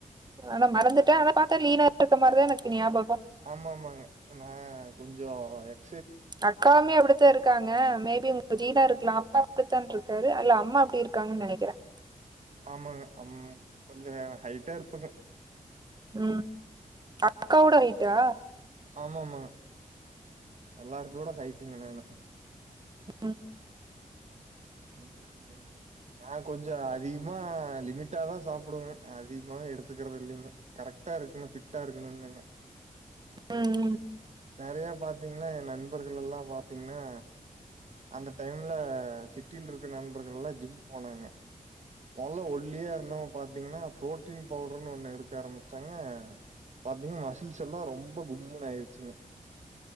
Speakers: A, on the right; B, on the right.
A: ஆனா மறந்துட்டன் அதன ப பாத்தா லீனா இருக்க மாரிதான் எனக்குஞாபம்
B: ஆமா ஆமாங்க நான் கொஞ்சம <inaudible>
A: அக்காமிய அப்படித்த இருக்காங்க மேபி உங்க ஜீனா இருக்கலாம் அப்பா அப்டித்தான் இருக்காரு அல்ல அம்மா அப்டி இருக்காங்கன்னு நினைக்கிறேன்
B: ஆமாங்க அம் கொஞ்சம் ஹைட்டா இருப்ப
A: ம் அக்க கூட ஆயிட்டா
B: ஆமா ஆமா எல்லாரத்தோட ஹைட்டுங்க நானு
A: உஹம்
B: உம் நான் கொஞ்சம் அதிகமா லிமிட்டாாதான் சாப்பிடுவேங்க அதிகமா எடுத்துக்கறிறது இல்லைங்க கரெக்டா இருக்கணும் ஃபிட்டா இருக்கணும்னுங்க
A: ம் ம்
B: வேறையா பாத்தீங்கன்னா என் நண்பர்கள் எல்லாம் பாத்தீங்கன்னா அந்த டைம்ல வட்டில் இருக்க நண்பர்கள் எல்லாம் ஜிம் போனாங்க மல்லா ஒல்லியா இருந்த பா பாீங்கன்னா புரோட்டீன் பவுடர்ன்னு ஒண்ணு எடுக்க ஆரம்பிச்சாங்க பாத்தீங்கன்னா மசில்ஸ் எல்லாம் ரொம்ப கும்முன்னு ஆயிடுச்சுங்க